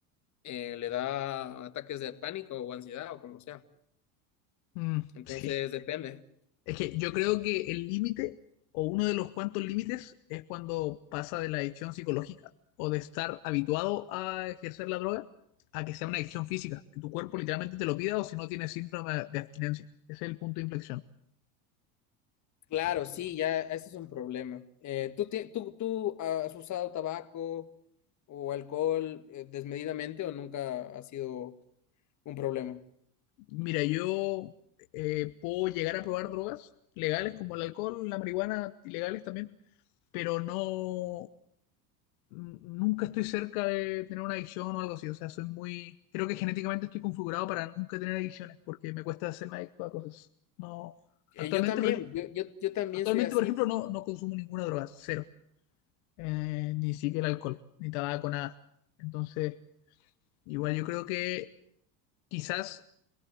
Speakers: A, on the left (about 40°); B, on the left (about 75°).
A: eh, le da ataques de pánico o ansiedad o como sea.
B: Mm,
A: Entonces
B: sí.
A: depende.
B: Es que yo creo que el límite o uno de los cuantos límites es cuando pasa de la adicción psicológica o de estar habituado a ejercer la droga a que sea una adicción física, que tu cuerpo literalmente te lo pida o si no tienes síndrome de abstinencia. Ese es el punto de inflexión.
A: Claro, sí, ya, ese es un problema. Eh, ¿tú, ti- tú, tú has usado tabaco o alcohol eh, desmedidamente o nunca ha sido un problema?
B: Mira, yo eh, puedo llegar a probar drogas legales como el alcohol, la marihuana, ilegales también, pero no, n- nunca estoy cerca de tener una adicción o algo así. O sea, soy muy, creo que genéticamente estoy configurado para nunca tener adicciones porque me cuesta hacerme adicto a cosas. No,
A: Eh,
B: actualmente,
A: yo también,
B: por, ej-
A: yo, yo, yo también
B: actualmente,
A: soy así
B: por ejemplo, no, no consumo ninguna droga, cero, Eh, ni siquiera el alcohol, ni tabaco, nada. Entonces, igual yo creo que quizás